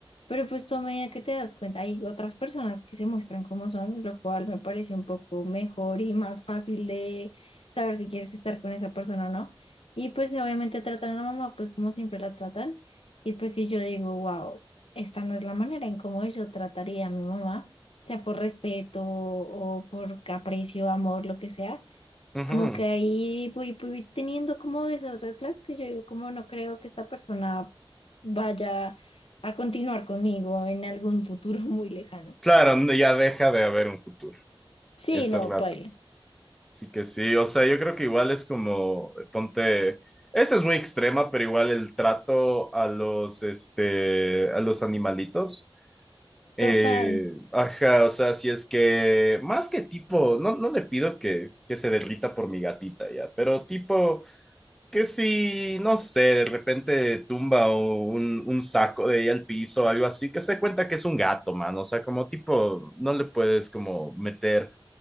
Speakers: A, on the left (about 80°); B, in the centre.
A: pero pues tú a medida que te das cuenta, hay otras personas que se muestran como son, lo cual me parece un poco mejor y más fácil de saber si quieres estar con esa persona o no. Y pues obviamente tratan a la mamá pues como siempre la tratan y pues si yo digo, wow, esta no es la manera en cómo yo trataría a mi mamá sea por respeto o por aprecio, amor, lo que sea.
B: Ujú.
A: Como que ahí voy, voy teniendo como esas reglas que yo digo, como no creo que esta persona vaya a continuar conmigo en algún futuro <laughs> muy lejano.
B: Claro, no, ya deja de haber un futuro,
A: Sí,
B: ese
A: no,
B: rato.
A: baila.
B: Así que sí, o sea, yo creo que igual es como, eh, ponte, esta es muy extrema, pero igual el trato a los, este, a los animalitos. eh,
A: Total,
B: ajá, o sea, si es que, más que tipo, no, no le pido que, que se derrita por mi gatita ya, pero tipo que si, no sé, de repente tumba o un, un saco de ella al piso o algo así, que se dé cuenta que es un gato, man. O sea, como tipo, no le puedes como meter